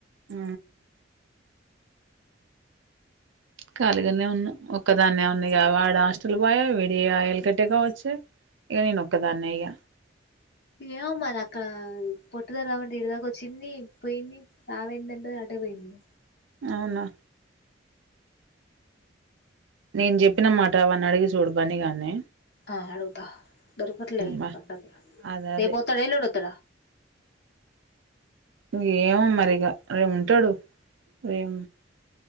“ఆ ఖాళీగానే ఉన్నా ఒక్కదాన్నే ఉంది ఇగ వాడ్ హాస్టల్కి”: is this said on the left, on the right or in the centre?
Right